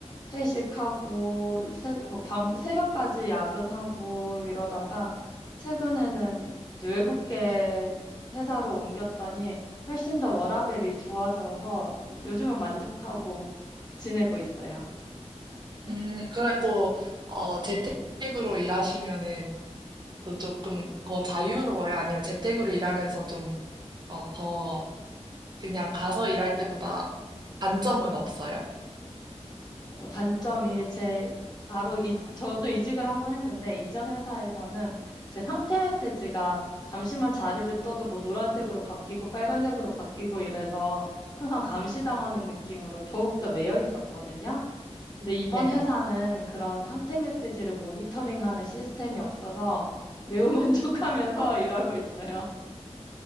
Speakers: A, on the left; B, on the right.
A: 회식하고 새벽, 뭐밤 새벽까지 야근하고 이러다가 최근에는 이제 외국계 회사로 옮겼더니 훨씬 더 워라밸이 좋아져서 이제 요즘은 만족하고 지내고 있어요.
B: 음, 그래도 어, 재택으로 일하시면은 또 조금 더 자유로워요? 아니면 재택으로 일하면서 좀 어, 더 그냥 가서 일할 때보다 단점은 없어요?
A: 어, 단점이 제 바로 이, 저도 이직을 한 번 했는데 이전 회사에서는 제 상태 메시지가 잠시만 자리를 떠도 뭐 노란색으로 바뀌고 빨간색으로 바뀌고 이래서 항상 감시당하는 느낌으로 더욱더 매여 있었거든요. 근데 이번
B: 네.
A: 회사는 그런 상태 메시지를 모니터링하는 시스템이 없어서 매우 <laughs> 만족하면서 일하고 있어요.